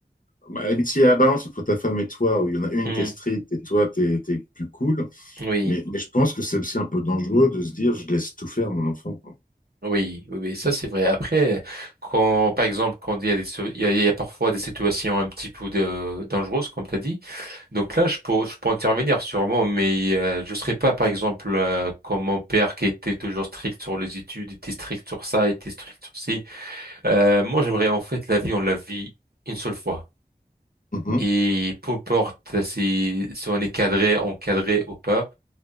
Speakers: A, on the left (about 55°); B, on the right (about 65°).
A: bah, si il y a la balance entre ta femme et toi, où il y en a une
B: Hmm,
A: qui est stricte et toi, t'es, t'es plus cool,
B: Oui,
A: mais, mais je pense que c'est aussi un peu dangereux de se dire, je laisse tout faire mon enfant. quoi.
B: oui, oui, oui, ça c'est vrai. Après, quand, par exemple, quand il y a des, so- il y a, il y a parfois des situations un petit peu de, dangereuses, comme tu as dit, Donc là, je peux, je peux intervenir sûrement, mais euh, je serai pas, par exemple, euh, comme mon père qui était toujours strict sur les études, était strict sur ça, était strict sur ci. Euh, moi, j'aimerais en fait la vie, on la vit une seule fois.
A: Mhm,
B: Et peu importe si, si on est cadré, encadré ou pas,